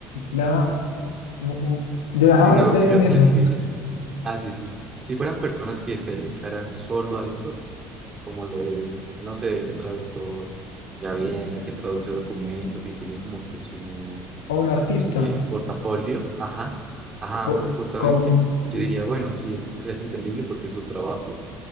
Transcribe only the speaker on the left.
Nada, u- u- yo jamás
he creído
en eso.
O un artista,
o-
como